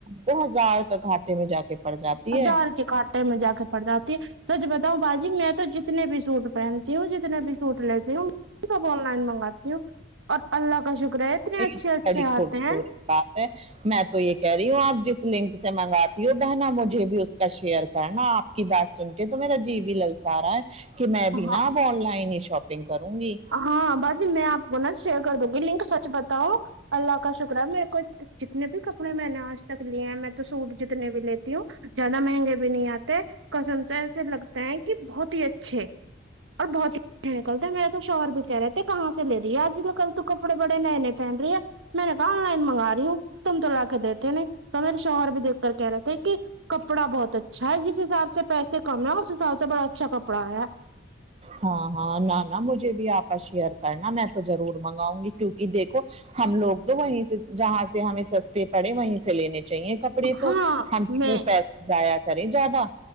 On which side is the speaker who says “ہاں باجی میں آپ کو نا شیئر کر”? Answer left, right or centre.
Right